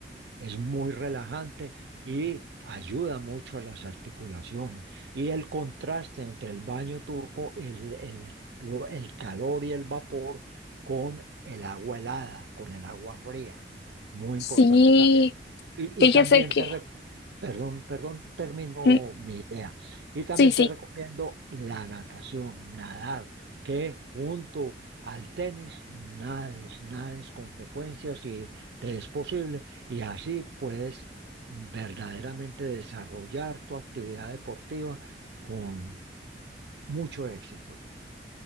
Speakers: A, on the right (about 75°); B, on the left (about 65°).
A: es muy relajante y ayuda mucho a las articulaciones. Y el contraste entre el baño turco, el, el, lo- el calor y el vapor con el agua helada, con el agua fría. Muy
B: Sí,
A: importante también. Y,
B: fíjese
A: y también
B: que,
A: te rec- perdón, perdón, termino
B: mm,
A: mi idea. Y también
B: sí, sí.
A: te recomiendo la natación, nadar, que junto al tenis nades, nades con frecuencia si te es posible y así puedes verdaderamente desarrollar tu actividad deportiva con mucho éxito.